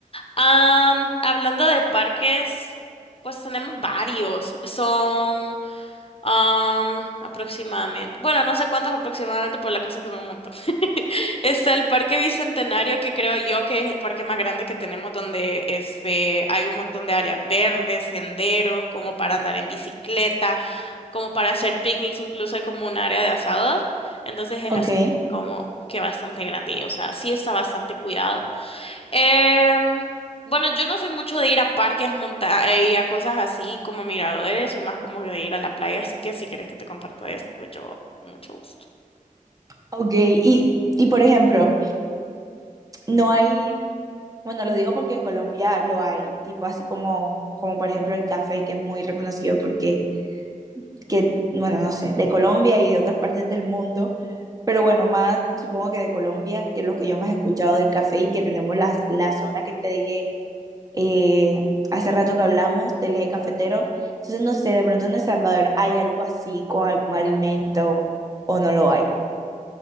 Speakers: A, on the left (about 40°); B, on the right (about 25°).
A: Am, hablando de parques, pues tenemos varios. Son Am, aproximadamente. Bueno, no sé cuántos aproximadamente, pero la cosa es que son un montón. <laughs> Está el Parque Bicentenario, que creo yo que es el parque más grande que tenemos, donde este, hay un montón de áreas verdes, senderos, como para andar en bicicleta, como para hacer picnics, incluso hay como un área de asados. Entonces es
B: ok,
A: así como que bastante grande, y, o sea, sí está bastante cuidado. Em, bueno, yo no soy mucho de ir a parques, a montar y a cosas así como miradores, soy más como que de ir a la playa, así que si quieres que te comparta esto, pues yo con mucho gusto.
B: ok. Y, y por ejemplo, no hay, bueno, lo digo porque en Colombia lo hay, tipo así como, como por ejemplo el café, que es muy reconocido porque, que, bueno, no sé, de Colombia y de otras partes del mundo, pero bueno, más supongo que de Colombia, que es lo que yo más he escuchado del café y que tenemos la, la zona que te dije eh, hace rato que hablamos del eje cafetero. Entonces, no sé, de pronto en El Salvador hay algo así con algún alimento o no lo hay.